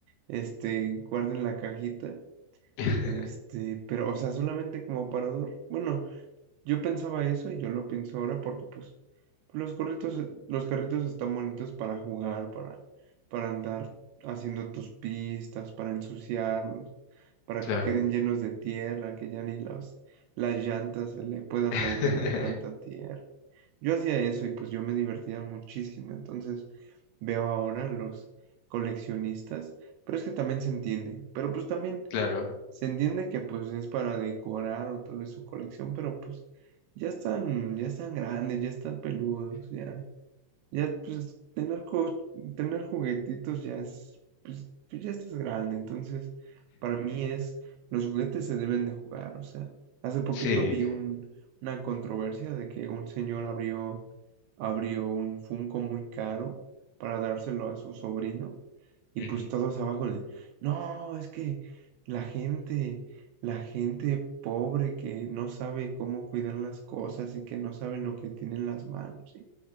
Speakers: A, on the right; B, on the left.
A: este, guarden la cajita.
B: <laughs>
A: Este, pero, o sea, solamente como aparador. Bueno, yo pensaba eso y yo lo pienso ahora porque pues los carritos, los carritos están bonitos para jugar, para, para andar haciendo tus pistas, para ensuciarlos, para
B: Claro,
A: que queden llenos de tierra, que ya ni las, las llantas se le puedan
B: <laughs>
A: mover de tanta tierra. Yo hacía eso y pues yo me divertía muchísimo. Entonces veo ahora los coleccionistas, pero es que también se entiende. Pero pues también
B: claro,
A: se entiende que pues es para decorar o tal vez su colección, pero pues ya están, ya están grandes, ya están peludos, ya, ya pues tener co- tener juguetitos ya es, pues, pues, ya estás grande, entonces para mí es, los juguetes se deben de jugar, o sea, hace poquito
B: sí,
A: vi un, una controversia de que un señor abrió abrió un Funko muy caro para dárselo a su sobrino y
B: ujú,
A: pues todos abajo de, no, es que la gente, la gente pobre que no sabe cómo cuidar las cosas y que no sabe lo que tiene en las manos. Y